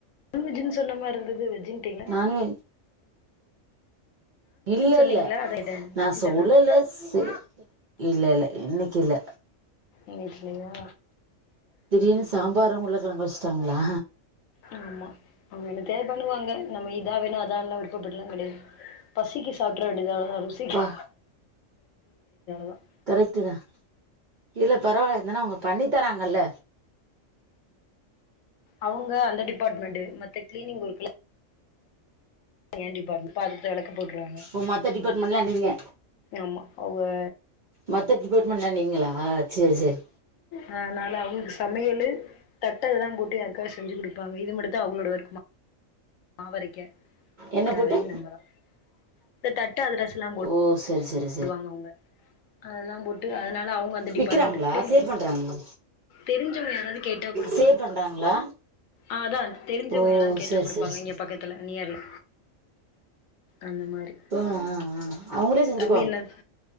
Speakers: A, on the left; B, on the right.
A: நான்வெஜ்ஜுன்னு சொன்ன மாரி இருந்தது வெஜ்ஜுன்டீங்க
B: நானு இல்ல
A: சொன்னீங்களா
B: இல்ல
A: அதா கேட்டே
B: நா
A: வெஜ்ஜு
B: சொல்லல
A: தானா
B: சு இல்ல இல்ல இன்னைக்கில்ல
A: இன்னைக்கில்லயா
B: திடீர்னு சாம்பாரு உருளகெழங்கு வச்சுட்டாங்ளா
A: ம் ஆமா அவுங்க என்னத்தயாது பண்ணுவாங்க நம்ம இதா வேணு அதா வேணு விருப்பப்பட்டுலா கெடையாது பசிக்கு சாப்பிட்ற வேண்டியதா அவ்ளதா ருசிக்கு
B: ப்பா
A: <unintelligible>
B: கரெக்ட்டுதா இல்ல பரவால்ல இருந்தாலு அவுங்க பண்ணி தராங்கல
A: அவுங்க அந்த டிபாட்மெண்ட்டு மத்த க்ளீனி்ங் ஒர்க்ல்லா ஏ டிபாட்மென்ட் பாத்திரத்த வெலக்க போட்டுருவாங்க
B: ஓ மத்த டிபார்ட்மெண்ட்லா நீங்க
A: ஆமா அவுக
B: மத்த டிபாட்மெண்ட்லா நீங்களா சேரி சேரி
A: அதனால அவங்களுக்கு சமையலு தட்ட இதுல்லா போட்டு யாருக்காது செஞ்சு குடுப்பாங்க இது மட்டுந்தா அவுகளோட ஒர்க் மாவரைக்க
B: என்ன
A: எல்லா
B: புட்டு
A: வேலையு நம்பதா இந்த தட்ட அதிரசலா
B: ஓ செரி செரி
A: பண்ணுவாங்க அவுங்க அதெல்லாம் போட்டு அதனால அவுங்க இந்த
B: விக்கிறாங்களா
A: டிபாட்மெண்ட் கிளினிங்
B: சேல் பண்றாங்களா
A: தெரிஞ்சவங்க யாராவது கேட்டா குடுப்பாங்க
B: சேல் பண்றாங்களா
A: ஆ அதா தெரிஞ்சவங்க
B: ஓ
A: யாராவது கேட்டா
B: சரி
A: குடுப்பாங்க
B: சரி சரி
A: இங்க பக்கத் த்துல நியர்ல அந்த மாரி
B: போ ஆ ஆ அவங்களே செஞ்சு
A: நீ என்னது